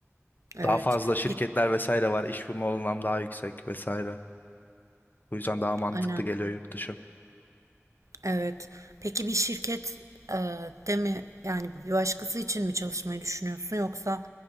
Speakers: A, on the right (about 80°); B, on the left (about 40°).
A: Evet.
B: Daha fazla şirketler
A: Peki
B: vesaire var. İş bulma olanağım daha yüksek vesaire. Bu yüzden daha mantıklı
A: aynen.
B: geliyor yurt dışı.
A: Evet. Peki bir şirket e, de mi yani bir başkası için mi çalışmayı düşünüyorsun yoksa